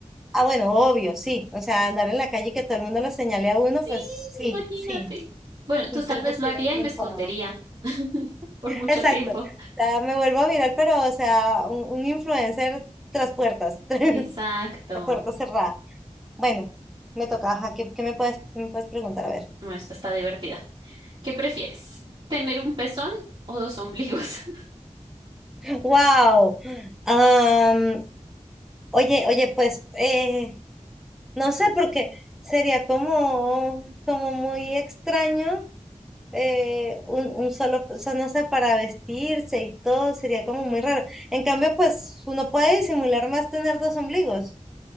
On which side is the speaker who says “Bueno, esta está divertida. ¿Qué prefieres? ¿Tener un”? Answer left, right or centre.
Right